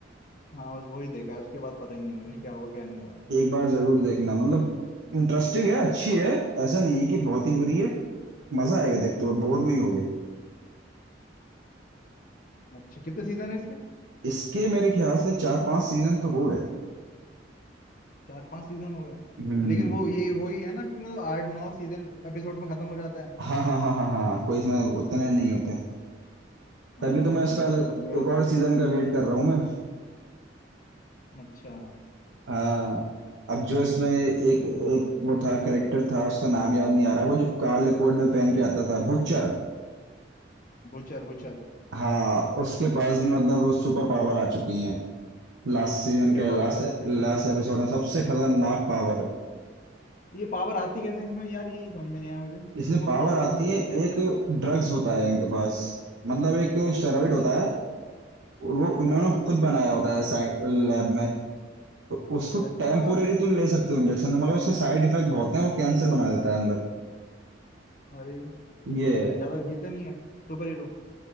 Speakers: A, on the left (about 45°); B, on the right (about 70°).
A: हाँ बस वही देखा है उसके बाद पता ही नहीं है मुझे क्या हुआ क्या नहीं हुआ
B: एक बार जरूर देखना मतलब इंटरेस्टिंग है अच्छी है ऐसा नहीं है कि बहुत ही बुरी है मजा आएगा देखते हुए बोर नहीं होगे
A: अच्छा कितने सीजन है इसके
B: इसके मेरे ख्याल से चार पांच सीजन तो हो गए
A: चार पांच सीजन हो गए
B: हम्म
A: लेकिन वो ये वही है ना कि मतलब आठ नौ सीजन एपिसोड में खत्म हो जाता है
B: हाँ हाँ हाँ हाँ हाँ कोई इसमें उतने नहीं होते
A: हाँ
B: तभी
A: भाई
B: तो मैं
A: बहुत
B: उसका
A: ना लंबे हो
B: एक
A: जा
B: और सीजन का वेट कर रहा हूँ मैं
A: अच्छा
B: हाँ अब जो इसमें एक एक वो था करेक्टर था उसका नाम याद नहीं आ रहा वो जो काले कोट में पहन के आता था बुचर
A: Butcher Butcher
B: हाँ उसके पास भी मतलब सुपर पावर आ चुकी है लास्ट सीजन
A: क्या
B: के
A: पावर
B: लास्ट
A: आ रही है उसके
B: लास्ट
A: बाद
B: एपिसोड में सबसे खतरनाक पावर है
A: ये पावर आती कैसे है इसमें यार यही समझ में नहीं आया मुझे इनको
B: इसमें पावर
A: पावर
B: आती
A: कैसे मिलती
B: है
A: है नेचुरल
B: एक ड्रग्स होता है इनके पास मतलब एक स्टेरॉइड
A: अच्छा
B: होता है वो इन्होंने
A: हाँ
B: खुद बनाया होता है साइंस लैब में तो उसको
A: अच्छा
B: टेम्पोरेरी तुम ले सकते हो इंजेक्शन में मगर उसके साइड इफेक्ट बहुत हैं वो कैंसर बना देता है अंदर
A: अरे तो
B: ये
A: मतलब
B: है।
A: ज्यादा जीते नहीं है सुपर हीरो